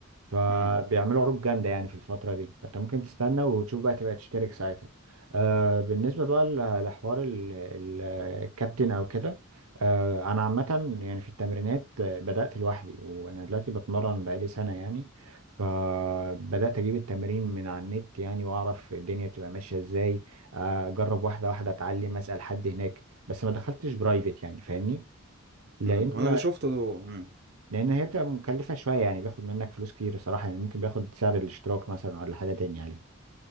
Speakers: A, on the right (about 85°); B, on the right (about 50°).
A: فبيعملوا
B: امم
A: عروض جامدة يعني في الفترة دي فانت ممكن تستنى وتشوف بقى تبقى تشترك ساعتها آه بالنسبة بقى ل- لحوار ال- ال- الكابتن او كده آه انا عامة يعني في التمرينات آه، بدأت لوحدي وانا دلوقتي بتمرن بقالي سنة يعني فبدأت أجيب التمارين من على النت يعني وأعرف الدنيا بتبقى ماشية إزاي أجرب واحدة واحدة أتعلم أسأل حد هناك بس ما دخلتش برايفت يعني فاهمني لأن
B: امم انا اللي شفته ده مم.
A: لأن هي بتبقى مكلفة شوية يعني بياخد منك فلوس كتير صراحة يعني ممكن بياخد سعر الاشتراك مثلا ولا حاجة تاني عليه